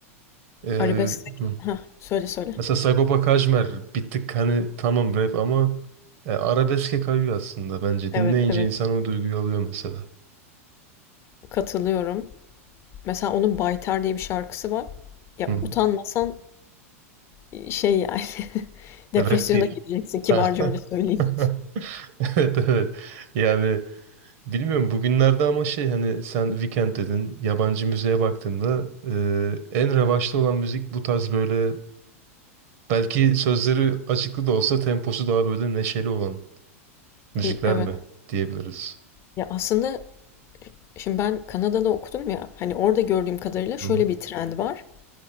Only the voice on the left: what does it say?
Arabesk.
Ha söyle söyle.
Evet
evet.
Katılıyorum. Mesela onun Baytar diye bir şarkısı var. Ya
utanmasan e, şey yani <laughs> depresyona
gireceksin kibarca
öyle söyleyeyim.
İ- Evet.
Ya aslında şimdi ben Kanada'da okudum ya hani orada gördüğüm kadarıyla şöyle
bir trend var.